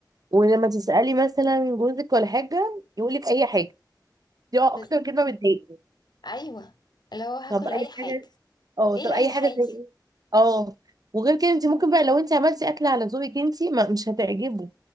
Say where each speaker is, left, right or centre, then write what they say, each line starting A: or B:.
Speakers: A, on the right; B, on the left.
A: ولما تسالي مثلا جوزك ولا حاجه يقول لك اي حاجه دي اكتر
B: بس
A: كلمه بتضايقني
B: ايوه اللي هو هاكل
A: طب اي
B: اي حاجة
A: حاجه اه
B: ايه
A: طب
B: لأي
A: اي
B: حاجة
A: حاجه زي ايه اه وغير كده انت ممكن بقى لو انت عملتي اكل على ذوقك انت ما مش هتعجبه